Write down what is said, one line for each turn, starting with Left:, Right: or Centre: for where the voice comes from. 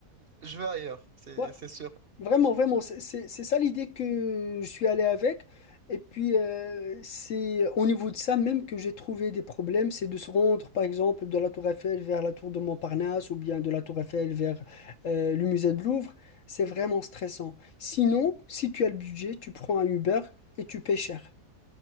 Right: je vais ailleurs, c'est
Left: ouais,
Right: c'est sûr.
Left: Vraiment, vraiment, c'est c'est- c'est ça l'idée que je suis allé avec. Et puis, euh, c'est au niveau de ça même que j'ai trouvé des problèmes, c'est de se rendre, par exemple, de la Tour Eiffel vers la Tour de Montparnasse ou bien de la Tour Eiffel vers euh, le musée de Louvre. C'est vraiment stressant. Sinon, si tu as le budget, tu prends un Uber et tu paies cher.